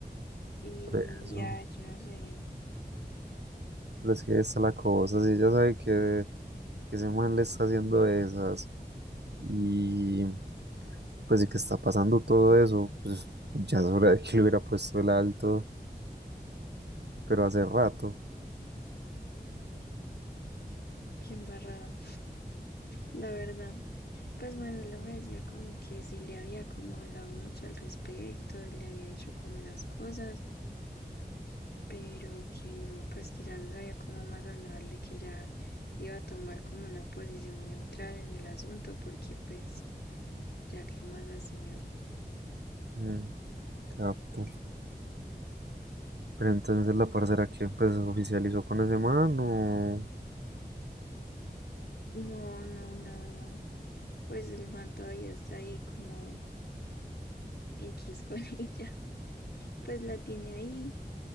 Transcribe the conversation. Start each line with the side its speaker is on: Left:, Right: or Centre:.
Left: Y
Right: Por eso.
Left: ya, yo no sé.
Right: Pero es que esta es la cosa, si ella sabe que, que ese man le está haciendo esas y pues y que está pasando todo eso, pues ya es hora de que le hubiera puesto el alto, pero hace rato.
Left: Qué embarrada. la verdad. Pues Manuela me decía como que sí le había como hablado mucho al respecto, le había dicho como esas cosas, pero que no, pues que ya no sabía cómo más hablarle, que ya iba a tomar como una posición neutral en el asunto, porque pues ya qué más hacía.
Right: Mm, capto. Pero entonces la parcera que pues se oficializó con ese man o
Left: No, no, nada. Pues el man todavía está ahí como X con <laughs> ella. Pues la tiene ahí